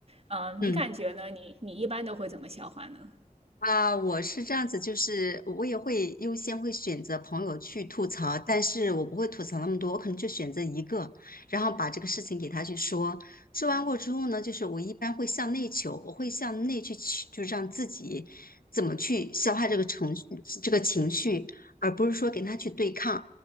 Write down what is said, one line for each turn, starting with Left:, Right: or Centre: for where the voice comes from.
Right: 嗯，
Left: 嗯。
Right: 你感觉呢？你你一般都会怎么消化呢？
Left: 啊，我是这样子，就是我也会优先会选择朋友去吐槽，但是我不会吐槽那么多，我可能就选择一个，然后把这个事情给他去说。说完过之后呢，就是我一般会向内求，我会向内去去，就让自己怎么去消化这个情绪，这个情绪，而不是说跟他去对抗。